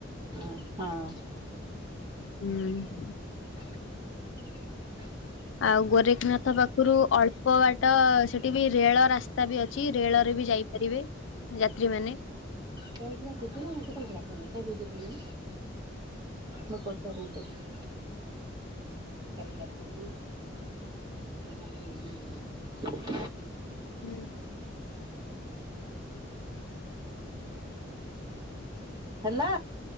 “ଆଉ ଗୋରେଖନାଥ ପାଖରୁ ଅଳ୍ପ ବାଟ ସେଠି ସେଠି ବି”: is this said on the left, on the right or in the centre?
Left